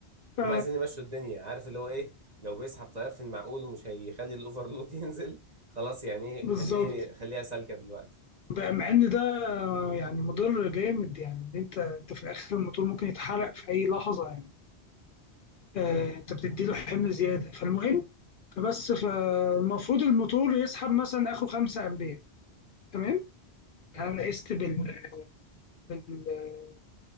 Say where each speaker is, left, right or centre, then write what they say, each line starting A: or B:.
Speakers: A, on the left (about 60°); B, on the right (about 40°).
A: ف...
B: هم عايزين يمشوا الدنيا عارف اللي هو ايه لو بيسحب طيار في المعقول ومش هيخلي الاوفرلود <laughs> ينزل خلاص يعني ايه
A: بالظبط
B: خليه خليها سالكه دلوقتي
A: ده- مع إن ده يعني مضر جامد يعني إن أنت أنت في الآخر الموتور ممكن يتحرق في أي لحظة يعني آه، انت بتدي له حمل زياده فالمهم فبس فالمفروض الموتور يسحب مثلا اخره 5 امبير تمام
B: تمام
A: انا قست بال بال-